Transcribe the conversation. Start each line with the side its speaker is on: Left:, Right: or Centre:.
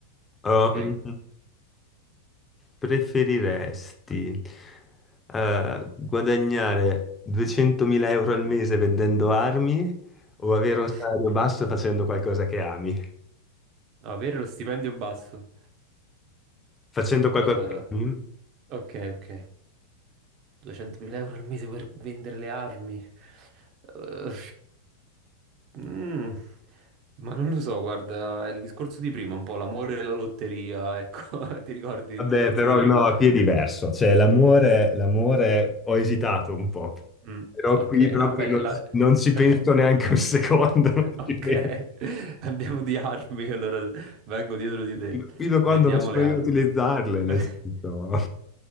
Left: Um,
Right: ok? <laughs>
Left: preferiresti eh, guadagnare 200.000 euro al mese vendendo armi o avere
Right: Mm.
Left: un salario basso facendo qualcosa che ami?
Right: Avere lo stipendio basso.
Left: Facendo qualcosa
Right: Eh,
Left: che ami?
Right: ok, ok. 200.000 euro al mese per vendere le armi. Eh, mm, ma non lo so, guarda, è il discorso di prima, un po' l'amore e la lotteria, ecco, <laughs> ti ricordi il
Left: Vabbè,
Right: discorso
Left: però
Right: di prima?
Left: no, qui è diverso. Cioè, l'amore, l'amore, ho esitato un po',
Right: Mm,
Left: però
Right: ok,
Left: qui proprio
Right: no, vabbè, le-
Left: non,
Right: la-
Left: non ci penso
Right: <laughs>
Left: neanche un secondo. <laughs> non
Right: ok,
Left: ci penso.
Right: <laughs> andiamo di armi, allora vengo dietro di te,
Left: Fino fino a quando
Right: vendiamo
Left: non sono
Right: le armi.
Left: io a utilizzarle, nel
Right: <laughs>
Left: senso...